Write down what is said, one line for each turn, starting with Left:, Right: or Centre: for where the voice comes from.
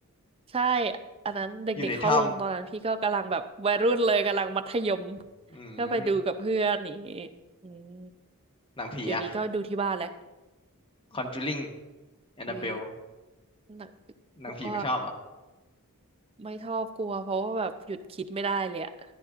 Right: ใช่อันนั้นเด็กๆเข้าลงตอนนั้นพี่ก็กำลังแบบวัยรุ่นเลยกำลังมัธยม
Left: อยู่ในถ้ำอืม
Right: ก็ไปดูกับเพื่อนนี่างงี้อืม
Left: หนังผีอะ
Right: เดี๋ยวนี้ก็ดูที่บ้านแหละ
Left: คอนจูริงแอนนาเบล
Right: อุ้ยหนัก
Left: หนังผีไม่ชอบเหรอ
Right: กลัวไม่ชอบกลัวเพราะว่าแบบหยุดคิดไม่ได้เลยอะ